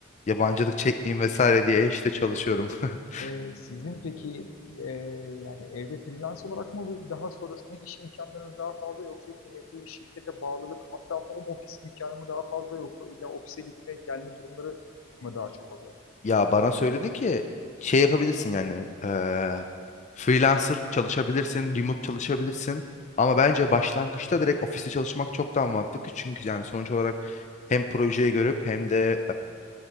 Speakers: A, on the left; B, on the left.
A: Yabancılık çekmeyeyim vesaire diye işte çalışıyorum. <laughs>
B: Ee, sizin peki e, yani evde freelance olarak mı daha sonrasında iş imkanlarınız daha fazla yoksa yine bir şirkete bağlılık hatta home office imkanı mı daha fazla yoksa illa ofise gitme gelme durumları mı daha çok oluyor?
A: Ya bana söyledi ki şey yapabilirsin yani eee, freelancer çalışabilirsin, remote çalışabilirsin. Ama bence başlangıçta direkt ofiste çalışmak çok daha mantıklı. Çünkü yani sonuç olarak hem projeyi görüp hem de